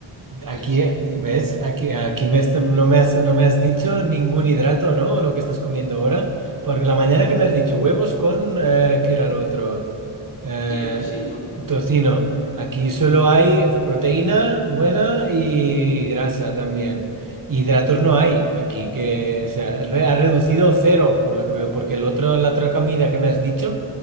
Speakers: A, on the left; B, on the right.
A: y
B: Aquí,
A: así.
B: eh, ¿ves? Aquí, aquí me est- no me has, no me has dicho ningún hidrato, ¿no? Lo que estás comiendo ahora. Porque la mañana que me has dicho huevos con, eh, ¿qué era lo otro? Eh,
A: Eh, tocino,
B: tocino. Aquí solo hay proteína buena y grasa también. Hidratos no hay aquí, que, o sea, re- ha reducido cero, por lo que veo, porque el otro, la otra comida que me has dicho